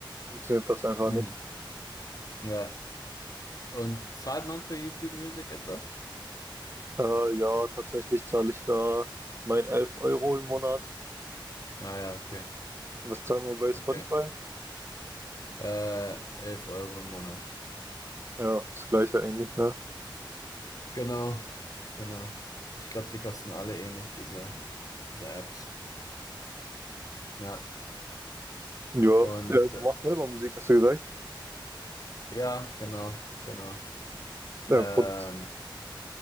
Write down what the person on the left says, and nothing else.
hm,
ja. Und zahlt man für YouTube Music etwas?
Ah ja, okay,
okay.
Äh, elf Euro im Monat.
Genau, genau. Ich glaube, die kosten alle ähnlich, diese, diese Apps. Ja,
und
äh,
ja, genau, genau.
Ähm,